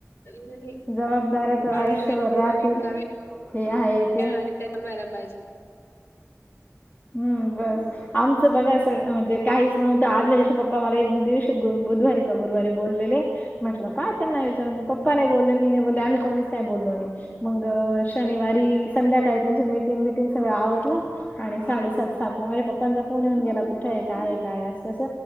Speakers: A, on the left; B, on the left.
A: नाही.
B: जबाबदाऱ्या तर
A: पांडुरंगाने
B: आयुष्यभर राहतील
A: निरोगी ठेवावे
B: हे आहेत.
A: त्या बंद व्हायला पाहिजे.
B: हम्म बस आमचं बघा असं म्हणजे काहीच नव्हतं आदल्या दिवशी पप्पा मला दिवशी बुधवारी का गुरुवारी बोललेले म्हटलं पहा त्यांना विचारून पप्पा नाही बोलले मी नाही बोलले आम्ही कोणीच काही बोललो नाही. मंग शनिवारी संध्याकाळी त्यांची मिटिंग विटिंग सगळं आवरलं आणि साडेसात सात ला माझ्या पप्पांचा फोन येऊन गेला कुठ आहे काय काय असं